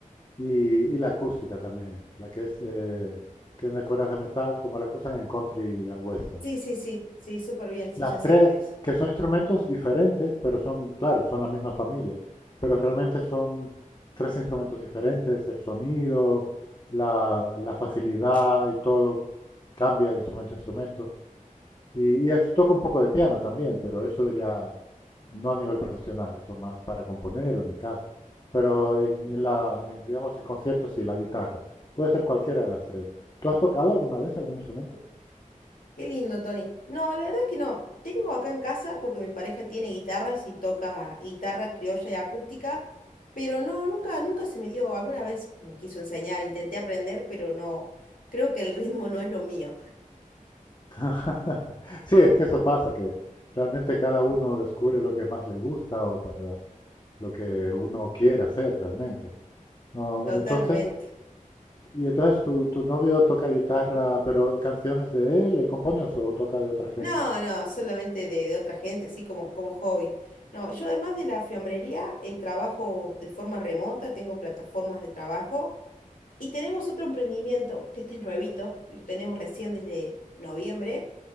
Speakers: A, on the left (about 30°); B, on the left (about 75°).
A: y, y la acústica también, la que es, eh, tiene cuerdas de metal, como la que usan en country and western.
B: Sí, sí, sí, sí, súper bien, sí,
A: Las
B: ya sé
A: tres,
B: cuál es.
A: que son instrumentos diferentes, pero son, claro, son la misma familia, pero realmente son tres instrumentos diferentes, el sonido, la, la facilidad y todo cambia de instrumento a instrumento. Y, y es, toco un poco de piano también, pero eso ya no a nivel profesional, eso más para componer o en mi casa. Pero en, en la, en, digamos, en conciertos sí, la guitarra. Puede ser cualquiera de las tres. ¿Tú has tocado alguna vez algún instrumento?
B: Qué lindo, Tony. No, la verdad es que no. Tengo acá en casa porque mi pareja tiene guitarras y toca guitarra criolla y acústica, pero no, nunca, nunca se me dio. Alguna vez me quiso enseñar, intenté aprender, pero no. Creo que el ritmo no es lo mío.
A: Ajá. <laughs> Sí, es que eso pasa, que realmente cada uno descubre lo que más le gusta o para lo que uno quiere hacer realmente. No,
B: Totalmente.
A: entonces, y entonces tu, tu novio toca guitarra, pero canciones de él, él compone o, so- o toca de otra gente.
B: No, no, solamente de, de otra gente, así como, como hobby. No, yo además de la fiambrería, eh, trabajo de forma remota, tengo plataformas de trabajo y tenemos otro emprendimiento, que este es nuevito, lo tenemos recién desde noviembre